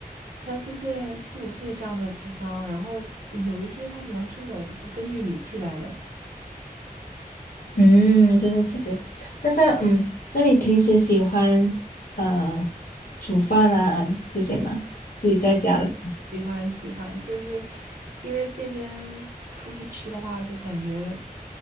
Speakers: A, on the right; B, on the left.
A: 三四岁、四五岁这样的智商，然后有一些它是能听懂，就是根据语气来的。
B: 嗯，对对，确实。那像嗯，那你平时喜欢呃煮饭啊这些吗？自己在家的
A: 喜欢喜欢，就是因为这边出去吃的话，就感觉。